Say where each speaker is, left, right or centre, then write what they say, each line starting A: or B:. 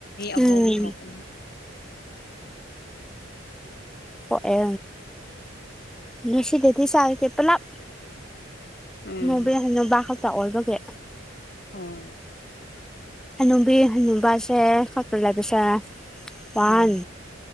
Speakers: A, on the left (about 55°); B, in the centre.
A: ꯑꯍꯣꯝ
B: ꯎꯝ
A: ꯊꯣꯛꯄꯅꯤꯅ
B: ꯍ ꯅꯁꯤꯗꯗꯤ ꯆ ꯀꯦ ꯄꯨꯂꯞ
A: ꯎꯝ
B: ꯍꯥꯅꯨꯕꯤ ꯍꯥꯅꯨꯕ ꯍꯥꯛꯇ ꯑꯣꯔꯕꯒꯦ
A: ꯍꯣꯏ
B: ꯍꯅꯨꯕꯤ ꯍꯅꯨꯕꯁꯦ ꯈꯣꯏꯗ ꯂꯩꯕꯁꯦ ꯋꯥꯟ
A: ꯍꯣꯏ